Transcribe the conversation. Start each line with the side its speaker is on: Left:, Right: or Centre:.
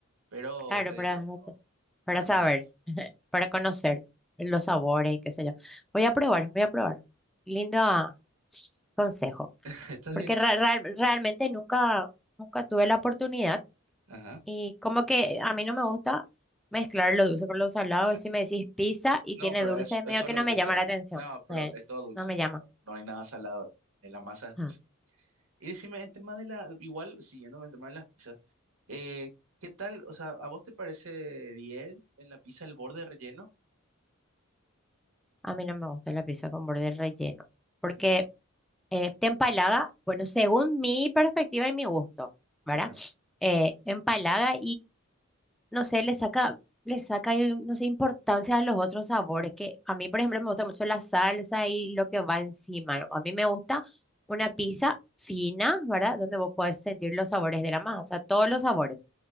Right: Pero
Centre: Claro,
Right: te
Centre: para,
Right: digo, no,
Centre: para
Right: para
Centre: saber,
Right: mí no es queso.
Centre: <laughs> para conocer los sabores y qué sé yo. Voy a probar, voy a probar. Lindo ah, consejo,
Right: <laughs> ¿Está bien?
Centre: porque ra- ra- realmente nunca, nunca tuve la oportunidad.
Right: Ajá.
Centre: Y como que a mí no me gusta mezclar lo dulce con lo salado.
Right: cla-
Centre: Si me decís pizza y
Right: No,
Centre: tiene
Right: pero
Centre: dulce,
Right: es,
Centre: medio
Right: es solo
Centre: que no
Right: dulce.
Centre: me llama la atención.
Right: No, pero
Centre: Eh,
Right: es todo dulce,
Centre: no me
Right: no,
Centre: llama.
Right: no, no hay nada salado ahí. eh, La masa es dulce.
Centre: Ah,
Right: Y decime, el tema de la, igual, siguiendo con el tema de las pizzas, eh, ¿qué tal? O sea, ¿a vos te parece bien en la pizza el borde relleno?
Centre: A mí no me gusta la pizza con borde relleno. Porque
Right: No,
Centre: eh, te empalaga, bueno, según mi perspectiva y mi gusto, ¿verdad?
Right: claro.
Centre: Eh, empalaga no sé, le saca, le saca, eh, no sé, importancia a los otros sabores, que a mí, por ejemplo, me gusta mucho la salsa y lo que va encima, ¿no? A mí me gusta una pizza fina, ¿verdad? Donde vos podés sentir los sabores de la masa, todos los sabores.